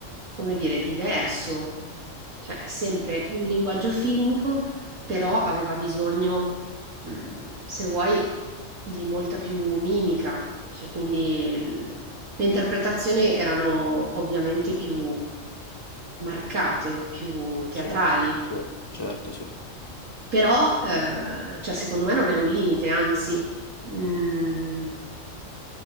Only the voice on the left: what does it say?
Sì, sì, certo, sì.